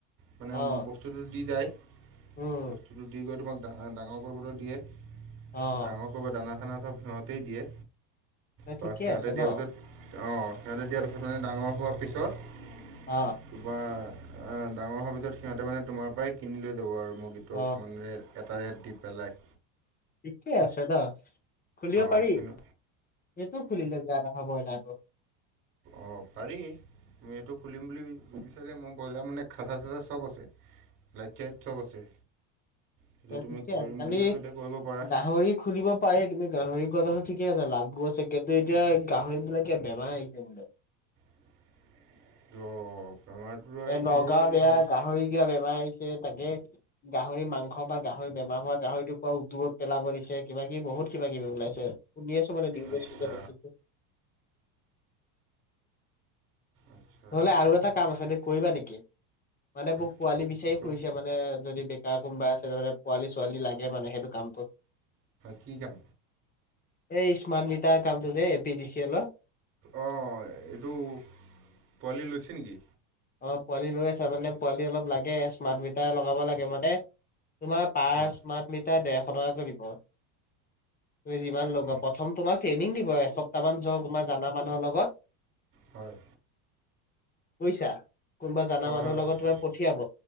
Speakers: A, on the right; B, on the left.
A: মানে
B: অ
A: বস্তুটো দি যায়।
B: উম
A: বস্তুটো দি গৈ তোমাক। ডা ডাঙৰ কৰিবলৈ দিয়ে
B: অ
A: ডাঙৰ কৰিব দানা চানা চব সিহঁতেই দিয়ে।
B: এ
A: বা
B: ঠিকেই
A: সিহঁতে
B: আছে
A: দিয়াৰ
B: ন।
A: পিছত অঁ সিহঁতে দিয়াৰ পিছত মানে ডাঙৰ হোৱাৰ পিছত
B: অ
A: কিবা। ডাঙৰ হোৱাৰ ভিতৰত সিহঁতে মানে তোমাৰ পৰাই কিনি লৈ যাব আৰু মুৰ্গীটো
B: অ
A: অকণমান ৰেট এটা ৰেট দিৈ পেলাই।
B: ঠিকেই আছে ন খুলিব
A: অঁ
B: পাৰি
A: কিন্তু
B: এইটো খুলিলে বেয়া নহব ব্ৰইলাৰটো।
A: অ পাৰি এইটো খুলিম বুলি বিচাৰে মোৰ ব্ৰইলাৰ মানে খাচা চাচা চব আছে। লাইট চাইট সৱ আছে। সেইটো
B: এ
A: তুমি
B: ঠিকে
A: কৰিম
B: আজিকালি
A: বুলি ভাবিলে কৰিব পাৰা
B: গাহৰি খুলিব পাৰি তুমি গাহৰি খোৱাটো ঠিক ঠিকে আছে লাভো আছে কিন্তু এতিয়া গাহৰিবলাক বেমাৰ আহিছে বোলে।
A: <inaudible> বেমাৰটো আহিছে
B: এ নগাঁৱত
A: এইটো
B: এয়া
A: ভাল
B: গাহৰি কিবা বেমাৰ আহিছে। তাকে তাকে গাহৰি মাংস বা গাহৰি বেমাৰ হোৱা গাহৰিটোৰ পৰা দূৰত পেলাব দিছে কিবা কিবি বহুত বহুত কিবা কিবি ওলাইছে শুনি আছো মানে নিউজে
A: আচ্ছা
B: চিউজে দেখিছো।
A: আচ্ছা
B: নহলে আৰু এটা কাম আছে কৰিবা নেকি। মানে মোক
A: কি
B: পোৱালি
A: ক-
B: বিচাৰি
A: কচোন
B: ফুৰিছে মানে যদি কোনোবা আছে তাৰানে পোৱালি ছোৱালী লাগে মানে সেইটো কামটোত
A: কি কাম
B: এই ইছমিতাৰ কামটো যে A P D C L
A: অ এইটো পোৱালি লৈছে নেকি
B: অ পোৱালি লৈ আছা মানে পোৱালি অলপ লাগে স্মাৰ্ট মিটাৰ লগাব লাগে মানে তোমাৰ পাৰ
A: অঁ
B: স্মাৰ্ট মিটাৰ ডেৰশ টকাকৈ দিব। তুমি যিমান লগা
A: অঁ
B: প্ৰথম তোমাক ট্ৰেইনিং দিব এসপ্তাহ মান যোৱা তোমাৰ জানা মানুহৰ লগত।
A: হয়।
B: পইছা কোনোবা জনা
A: হয়
B: মানুহৰ
A: হয়
B: লগত
A: হ-
B: তোমাৰ পঠিয়াব।